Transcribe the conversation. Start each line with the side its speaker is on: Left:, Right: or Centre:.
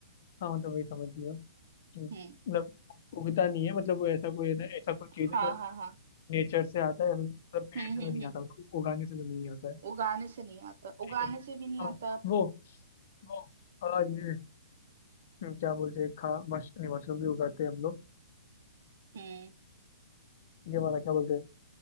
Left: हाँ, मतलब वही समझ लिया कि मतलब
Right: हम्म
Left: उगता नहीं है मतलब वो ऐसा कोई है ना ऐसा कोई चीज़
Right: हाँ
Left: है जो
Right: हाँ हाँ
Left: नेचर से आता है मतलब पेड़
Right: हम्म
Left: से तो
Right: हम्म
Left: नहीं
Right: हम्म
Left: आता मतलब उगाने से तो नहीं होता है
Right: उगाने से नहीं आता
Left: ठीक
Right: उगाने
Left: है
Right: से भी नहीं
Left: हाँ
Right: आता
Left: वो वो हाँ ये हम्म, क्या बोलते हैं खा मश नहीं मशरूम भी उगाते हैं हम लोग
Right: हम्म
Left: ये वाला क्या बोलते हैं